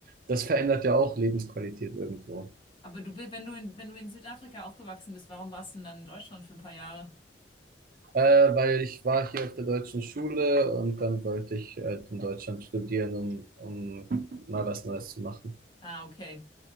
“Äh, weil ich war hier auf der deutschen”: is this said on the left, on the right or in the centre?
Right